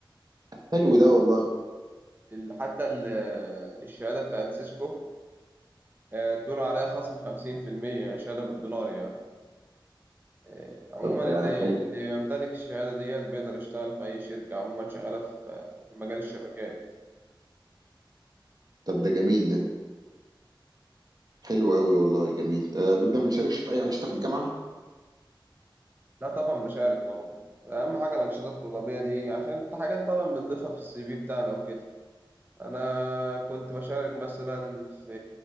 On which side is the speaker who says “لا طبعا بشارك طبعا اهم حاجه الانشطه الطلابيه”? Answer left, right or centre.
Right